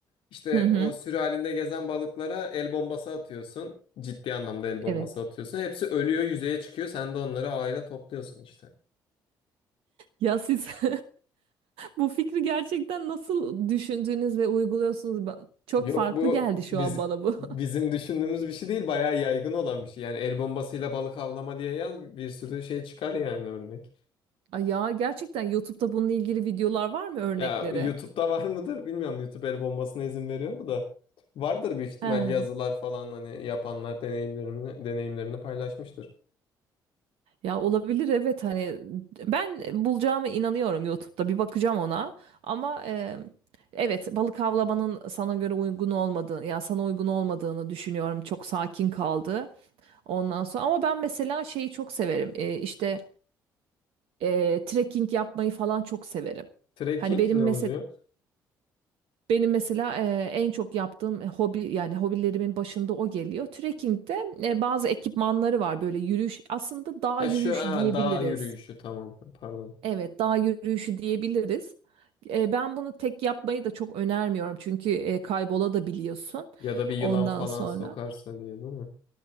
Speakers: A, on the left (about 55°); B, on the right (about 60°).
A: İşte
B: Hı hı.
A: o sürü halinde gezen balıklara el bombası atıyorsun. Ciddi anlamda el
B: Evet.
A: bombası atıyorsun. Hepsi ölüyor, yüzeye çıkıyor. Sen de onları ağıyla topluyorsun işte.
B: Ya siz <laughs> bu fikri gerçekten nasıl düşündüğünüz ve uyguluyorsunuz? Ben- Çok
A: Yok
B: farklı
A: bu
B: geldi şu
A: biz
B: an bana bu.
A: bizim
B: <laughs>
A: düşündüğümüz bir şey değil. Bayağı yaygın olan bir şey. Yani el bombasıyla balık avlama diye yaz bir sürü şey çıkar yani örnek.
B: Ay Ya gerçekten YouTube'da bununla ilgili videolar var mı örnekleri?
A: Ya YouTube'da var mıdır bilmiyorum. YouTube el bombasına izin veriyor mu da. Vardır büyük ihtimal
B: He.
A: yazılar falan hani yapanlar deneyimlerini deneyimlerini paylaşmıştır.
B: Ya olabilir evet hani ben bulacağıma inanıyorum YouTube'da bir bakacağım ona ama e, evet balık avlamanın sana göre uygun olmadığını ya sana uygun olmadığını düşünüyorum çok sakin kaldı ondan sonra ama ben mesela şeyi çok severim E, işte e, trekking yapmayı falan çok severim.
A: Trekking
B: Hani benim
A: ne
B: mesela
A: oluyor?
B: Benim mesela e, en çok yaptığım e, hobi yani hobilerimin başında o geliyor. Trekking'de e, bazı ekipmanları var böyle yürüyüş aslında dağ
A: Ha
B: yürüyüşü
A: şu ha,
B: diyebiliriz.
A: dağ yürüyüşü tamam pardon.
B: Evet dağ yürüyüşü diyebiliriz. E, ben bunu tek yapmayı da çok önermiyorum çünkü e, kaybola da biliyorsun
A: Ya da bir yılan
B: ondan
A: falan
B: sonra.
A: sokarsa diye değil mi?